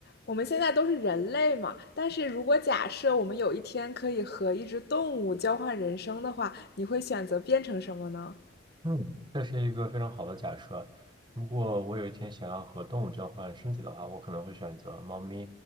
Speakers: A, on the left; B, on the right.
A: 我们现在都是人类嘛，但是如果假设我们有一天可以和一只动物交换人生的话，你会选择变成什么呢？
B: 嗯，这是一个非常好的假设。如果我有一天想要和动物交换身体的话，我可能会选择猫咪，